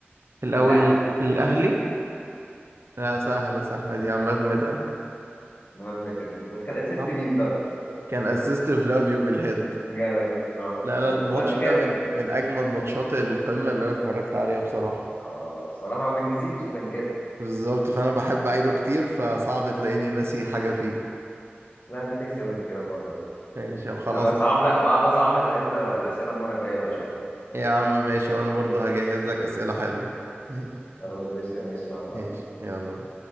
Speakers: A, on the right (about 80°); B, on the left (about 45°).
A: الأول
B: للاهلي
A: لل- الأهلي لا سهلة سهلة دي عماد متعب
B: مهمة كانت بالظبط كان اسيست
A: صح
B: مين طيب؟
A: كان اسيست فلافيو بالهيد
B: جدع بالظبط
A: لا
B: بالظبط
A: لا الماتش
B: فانت كده
A: ده من من اجمد ماتشات القمه اللي انا اتفرجت عليها بصراحه
B: اه بصراحة ما بتنسيش عشان كده
A: بالظبط فانا بحب اعيده كتير فصعب تلاقيني ناسي حاجه فيه
B: لا انت تكسب انت كده المرة دي
A: ماشي يا عم، خلاص
B: ابقى صعب لك ابقى بصعب لك الأجهزة- الاسئلة المرة الجاية بقى شوية
A: يا عم ماشي وانا برضو هجهز لك اسئله حلوه ماشي
B: طب يا باشا ماشي مع بعض
A: ماشي يلا بقى.